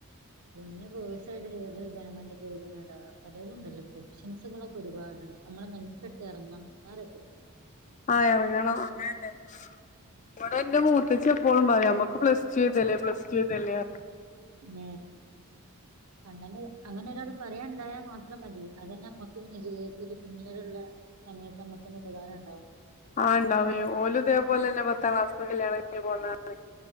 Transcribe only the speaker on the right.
പിന്നെ സൂസൈഡ് ചെയ്ത് ഗവണ്മെന്റ് ജോലി നേട പലരും ഉണ്ടല്ലോ ഇപ്പൊ ഓപ്ഷൻസ്സ്കൾ ഒരുപാടുണ്ട് നമ്മടെ മെൻസെട്ടി എറങ്ങൻ എന്നാ റെഡി.
ഉം അങ്ങനെയ. അങ്ങനെ ഒരാള് പറയാൻ ഉണ്ടായാൽ മാത്രം മതി അതന്നെ നമ്മക്ക് ഇങ്ങനെ ജീവിതത്തിൽ പിന്നീടുള്ള. സമയത്ത് നമ്മക്കാനേ ഉപകാരം ഉണ്ടാവും.